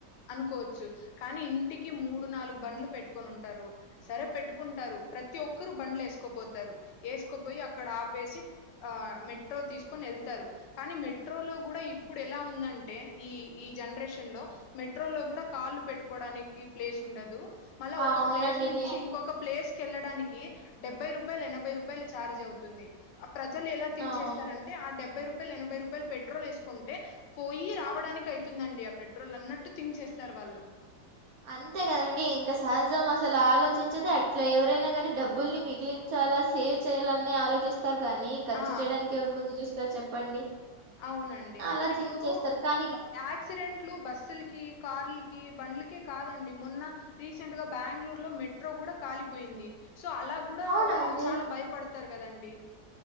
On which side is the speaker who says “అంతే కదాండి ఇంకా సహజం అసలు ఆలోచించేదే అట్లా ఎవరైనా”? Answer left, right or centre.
Right